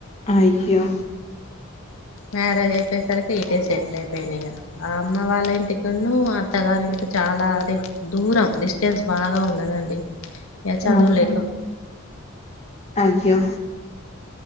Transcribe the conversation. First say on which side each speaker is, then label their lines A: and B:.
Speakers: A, on the left; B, on the left.
A: అయ్యో
B: మ్యారేజ్ అయిపోయేసరికి ఇతేే సెటిల్ అయిపోయినాయి ఇక ఆ అమ్మ వాళ్ళ ఇంటికిన్న అత్తగారింటి చాలా అదే దూరం డిస్టెన్స్ బాగా ఉన్నదండి ఇక చదవలేకపో
A: ఆహా అయ్యో